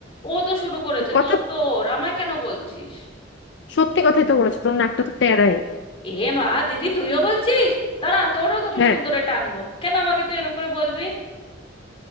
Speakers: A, on the left; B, on the left.
A: ও তো শুরু করেছে
B: কথা
A: দোষ তো ওর আমায় কেন বলছিস
B: সত্যি কথাই তো বলেছো তোর নাকটা তো তেড়াই
A: এ মা দিদি তুইও বলছিস দাঁড়া তোরও তো আমি
B: হ্যাঁ
A: চুল ধরে টানবো কেন আমাকে তুই এরম করে বলবি